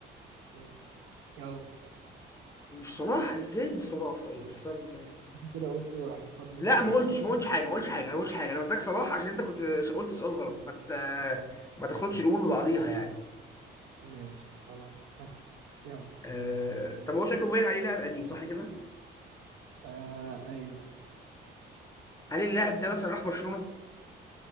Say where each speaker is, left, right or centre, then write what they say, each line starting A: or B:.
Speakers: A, on the right; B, on the left.
A: مم. يلا
B: مش صلاح ازاي مش صلاح طيب استنى طيب
A: كده قلت واحد فاضل
B: لا
A: اتنين
B: ما قلتش ما قلتش حاجه ما قلتش حاجه انا ما قلتش حاجه انا قلت لك صلاح عشان انت كنت ش- قلت سؤال غلط ما ت... ما تخلطش الامور ببعضيها يعني
A: ماشي خلاص <laughs> يلا
B: آه... طب هو شكله باين عليه لاعب قديم صح كده
A: آه ايوه
B: هل اللاعب ده مثلا راح برشلونه